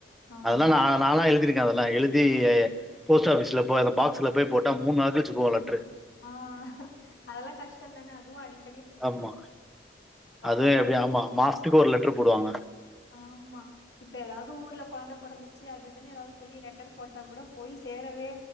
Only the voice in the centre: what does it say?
அதல்லா நா நாலா எழுதிருக் க்கு அதெல்லா எழுதி போஸ்ட் ஆபிஸ்ல போயி அந்த பாக்ஸ்ல போய் போட்டா மூணு நாள் கழுச்சி போவு லெட்ரு
ஆமா அது
எப்டியு ஆமா மாசத்துக்கு ஒரு லெட்டருப் போடுவாங்க